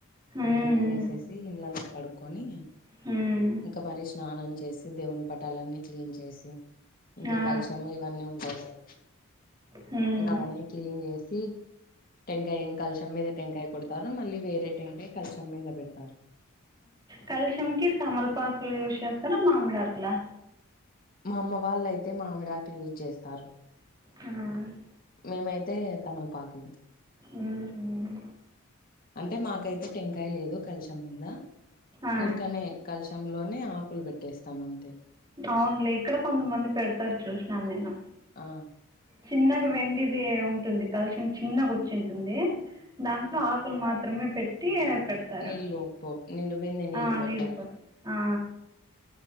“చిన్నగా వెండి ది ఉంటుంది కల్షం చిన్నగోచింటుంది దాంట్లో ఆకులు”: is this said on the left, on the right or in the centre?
Right